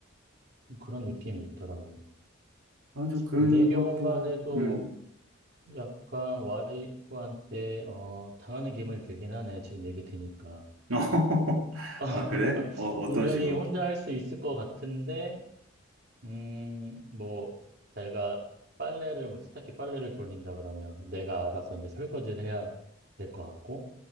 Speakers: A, on the right; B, on the right.
A: 그런 느낌이 있더라고.
B: 맞아, 그것도,
A: 내 경우만 해도
B: 음.
A: 약간 와이프한테 어, 당하는 기분이 들긴 하네. 지금 얘기 드니까.
B: <laughs> 어,
A: <laughs>
B: 아, 그래? 어, 어떤
A: 분명히
B: 식으로?
A: 혼자 할 수 있을 것 같은데 음, 뭐 자기가 빨래를 뭐 세탁기 빨래를 돌린다 그러면 내가 알아서 이제 설거지를 해야 될 것 같고